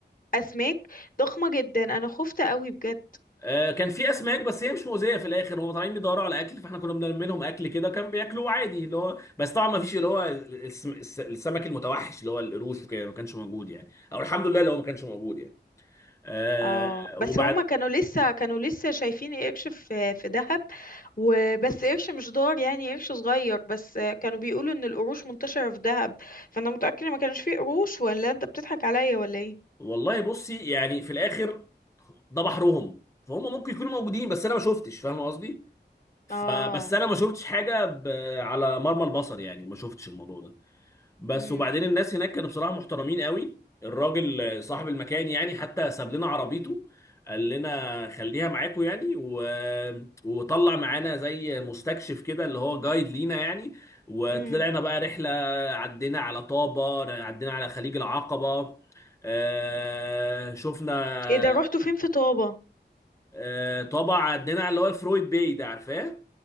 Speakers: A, on the left (about 50°); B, on the left (about 15°).
A: اسماك ضخمة جدا انا خفت قوي بجد
B: آه، كان في اسماك بس هي مش مؤذيه في الاخر هم طالعين بيدوروا على اكل فاحنا كنا بنرمي لهم اكل كده كان بياكلوه عادي اللي هو بس طبعا ما فيش اللي هو الس- الس- السمك المتوحش اللي هو القروش وكده ما كانش موجود يعني او الحمد لله اللي هو ما كانش موجود يعني آه،
A: اه بس
B: وبعد
A: هما كانوا لسه كانوا لسه شايفين قرش في في دهب وبس قرش مش ضار يعني قرش صغير بس آه، كانوا بيقولوا ان القروش منتشرة في دهب فانا متأكدة ما كانش فيه قروش ولا انت بتضحك عليا ولا ايه
B: والله بصي يعني في الاخر ده بحرهم فهم ممكن يكونوا موجودين بس انا ما شفتش فاهم قصدي فبس
A: اه
B: انا ما شفتش حاجه ب... على مرمى البصر يعني ما شفتش الموضوع ده بس
A: امم
B: وبعدين الناس هناك كانوا بصراحة محترمين قوي الراجل آه، صاحب المكان يعني حتى ساب لنا عربيته قال لنا خليها معاكم يعني و... وطلع معانا زي مستكشف كده اللي هو جايد لينا يعني وطلعنا
A: امم
B: بقى رحلة عدينا على طابة عدينا على خليج العقبة آه... شفنا
A: ايه ده رحتوا فين في طابة
B: آه... طابة عدينا على اللي هو الفرويد باي ده عارفاه؟